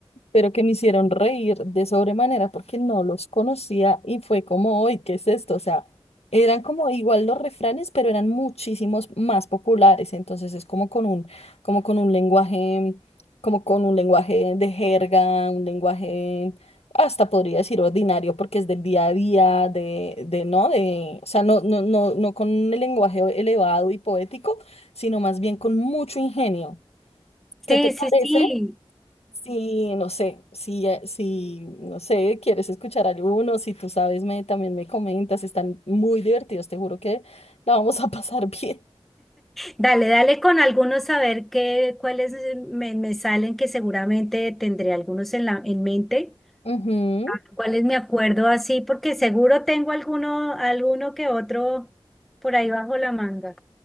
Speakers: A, on the left; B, in the centre.
A: pero que me hicieron reír de sobremanera porque no los conocía y fue como, hoy, ¿qué es esto? O sea, eran como igual los refranes, pero eran muchísimos más populares, entonces es como con un, como con un lenguaje, como con un lenguaje de jerga, un lenguaje hasta podría decir ordinario porque es del día a día, de, de no, de, o sea, no, no, no, no con el lenguaje elevado y poético, sino más bien con mucho ingenio. ¿Qué
B: Sí,
A: te parece?
B: sí, sí.
A: Si, no sé, si, eh, si, no sé, quieres escuchar alguno, si tú sabes, me, también me comentas, están muy divertidos, te juro que la vamos a <laughs> pasar bien.
B: Dale, dale con algunos a ver qué, cuáles eh, me, me salen, que seguramente tendré algunos en la, en mente.
A: Ujú.
B: A ver ¿Cuáles me acuerdo así? Porque seguro tengo alguno, alguno que otro por ahí bajo la manga.